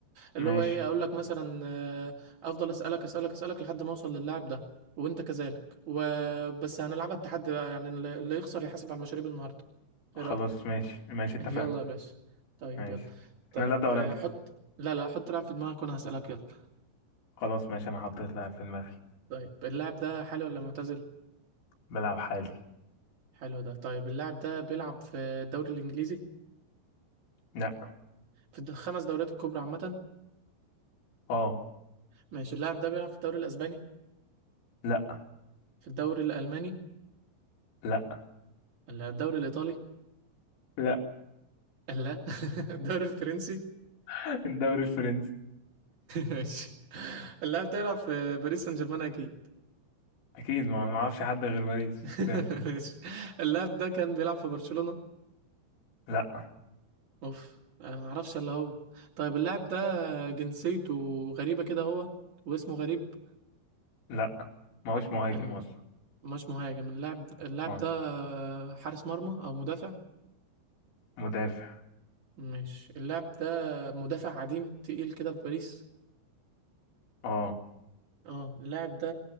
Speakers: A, on the right; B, on the left.
A: اللي
B: ماشي
A: هو ايه اقول لك مثلا آه، افضل اسألك اسألك اسألك لحد ما اوصل للاعب ده وانت كذلك وبس هنلعبها التحدي بقى يعني اللي اللي يخسر يحاسب على المشاريب النهاردة
B: خلاص
A: ايه رأيك
B: ماشي ماشي
A: <laughs>
B: اتفقنا
A: يلا يا باشا طيب
B: ماشي
A: يلا طيب
B: انا اللي ابدا ولا
A: آه،
B: انت
A: حط لا لا حط لاعب في دماغك وانا هسألك يلا
B: خلاص ماشي انا حطيت لاعب في دماغي
A: طيب اللاعب ده حالي ولا معتزل
B: بلعب حالي
A: حلو ده طيب اللاعب ده بيلعب في الدوري الانجليزي
B: لا
A: في الد- الخمس دوريات الكبرى عامة
B: اه
A: ماشي اللاعب ده بيلعب في الدوري الاسباني
B: لا
A: في الدوري الالماني
B: لا
A: ولا الدوري الايطالي
B: لا
A: لا <laughs> الدوري الفرنسي
B: <laughs> الدوري الفرنسي
A: ماشي اللاعب ده بيلعب في باريس سان جيرمان اكيد
B: اكيد ما ما اعرفش حد غير باريس
A: <laughs>
B: يعني.
A: ماشي اللاعب ده كان بيلعب في برشلونة
B: لا
A: اوف انا ما اعرفش الا هو طيب اللاعب ده جنسيته غريبة كده هو واسمه غريب
B: لا ما هوش مهاجم
A: ال-
B: اصلا
A: مش مهاجم اللاعب اللاعب
B: اه
A: ده حارس مرمى او مدافع
B: مدافع
A: ماشي اللاعب ده مدافع عديم تقيل كده في باريس
B: اه
A: اه اللاعب ده